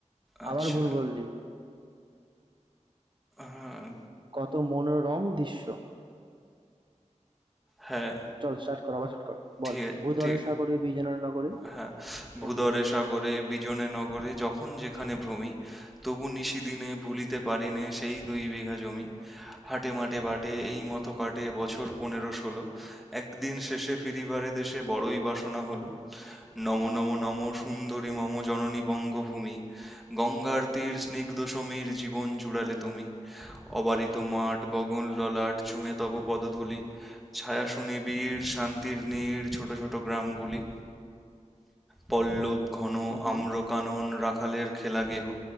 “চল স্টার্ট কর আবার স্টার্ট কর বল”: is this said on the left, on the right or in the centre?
Right